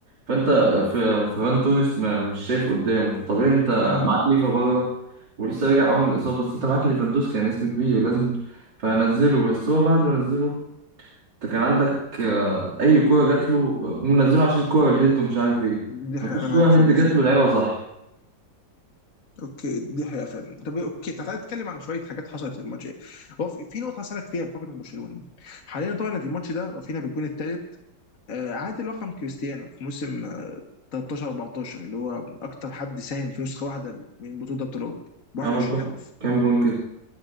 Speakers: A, on the right; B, on the left.
A: فأنت في فران توريس ما- مش شايف قدامه فطبيعي أنت
B: امم
A: معاك ليفا بره ولسه راجع أول من الإصابة بس أنت معاك ليفاندوسكي يعني اسم كبير لازم فنزله بس هو بعد ما نزله انت كان عندك آه، اي كوره جات له هم منزله عشان الكوره الهيد ومش عارف ايه
B: دي
A: مفيش
B: حقيقة انا معاك
A: كوره
B: فعلا
A: هيد جات
B: فيها
A: له لعيبه صح
B: اوكي دي حقيقة فعلا طب اوكي تعالى نتكلم عن شوية حاجات حصلت في الماتش هو في في نقطة هسألك فيها بحكم انك برشلوني حاليا طبعا في الماتش ده رافينا بالجون الثالث آه، عادل رقم كريستيانو في موسم آه، 13 14 اللي هو اكتر حد ساهم في نسخه واحده من بطوله ابطال اوروبا 21
A: عمل كام
B: هدف
A: كام جون كده